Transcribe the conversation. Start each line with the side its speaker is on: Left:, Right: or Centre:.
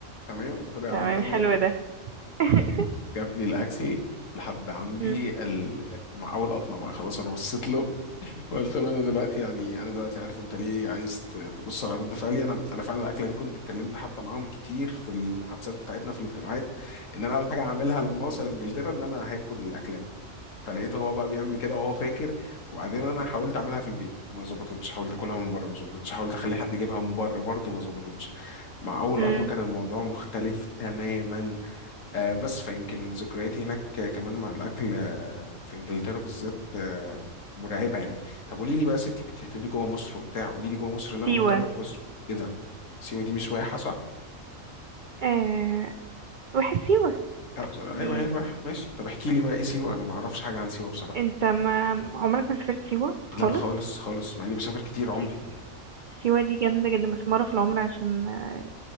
Left: تمام قلت له يا
Right: تمام
Left: عم تمام
Right: حلو ده <laughs>
Left: جاب لي الاكل لحد عندي
Right: امم
Left: ال... مع اول قطمه بقى خلاص انا بصيت له قلت له انا دلوقتي يعني انا دلوقتي عارف انت ليه عايز ت- تبص على رد فعلي انا انا فعلا الاكله دي كنت اتكلمت حتى معاهم كتير في المحادثات بتاعتنا في الاجتماعات ان انا اول حاجه هعملها لما اوصل انجلترا ان انا هاكل الاكله دي فلقيته هو بقى بيعمل كده وهو فاكر وبعدين انا حاولت اعملها في البيت ما ظبطتش حاولت اكلها من بره ما ظبطتش حاولت اخلي حد يجيبها من بره برضه ما ظبطتش مع اول
Right: امم
Left: قطمه كان الموضوع مختلف تماما آه، بس فيمكن ذكرياتي هناك آه، كمان مع الأكل آه، في إنجلترا بالذات آه، مرعبة يعني طب قولي لي بقى يا ستي كنت هتقولي جوه مصر وبتاع قولي لي جوه مصر إن أنا
Right: سيوة
Left: مهتم بجزر إيه ده سيوة دي مش واحة صح؟
Right: آه واحد سيوة
Left: آه،
Right: إيه.
Left: أيوه هي الواحة ماشي طب احكي لي بقى إيه سيوة أنا ما أعرفش حاجة عن سيوة بصراحة
Right: انت ما عمرك ما سافرت سيوة خالص
Left: لا خالص خالص مع إني بسافر كتير عمري
Right: سي... سيوة دي جامدة جدا بس مرة في العمر عشان آه،